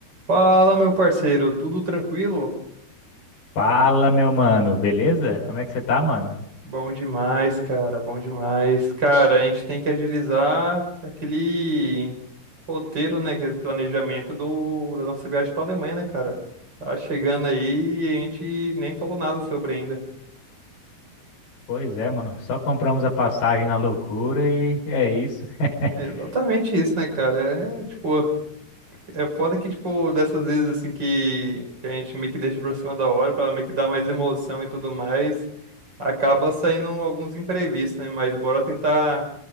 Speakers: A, on the right (about 25°); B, on the left (about 65°).
A: Fala, meu parceiro, tudo tranquilo?
B: Fala, meu mano, beleza? Como é que você tá, mano?
A: Bom demais, cara, bom demais. Cara, a gente tem que agilizar aquele roteiro, né, aquele planejamento do, da nossa viagem para Alemanha, né, cara? Tá chegando aí e a gente nem falou nada sobre ainda.
B: Pois é, mano, só compramos a passagem na loucura e é isso. <laughs>
A: É exatamente isso, né, cara? É tipo, É foda que, tipo, dessas vezes, assim, que, que a gente meio que deixa pra cima da hora, pra meio que dar mais emoção e tudo mais, acaba saindo alguns imprevistos, né? Mas bora tentar